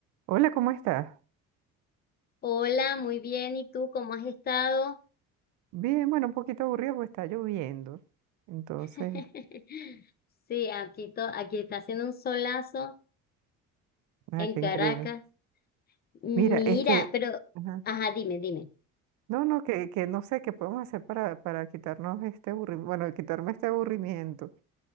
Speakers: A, on the right; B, on the left.
A: Hola, ¿cómo estás?
B: Hola, muy bien. ¿Y tú cómo has estado?
A: Bien, bueno, un poquito aburrido porque está lloviendo. Entonces,
B: <laughs> Sí, aquí, to- aquí está haciendo un solazo
A: ah,
B: en
A: qué
B: Caracas.
A: increíble.
B: Mira,
A: Mira, este,
B: pero,
A: ajá.
B: ajá, dime, dime.
A: No, no, que, que no sé qué podemos hacer para, para quitarnos este aburrimiento, bueno, quitarme este aburrimiento.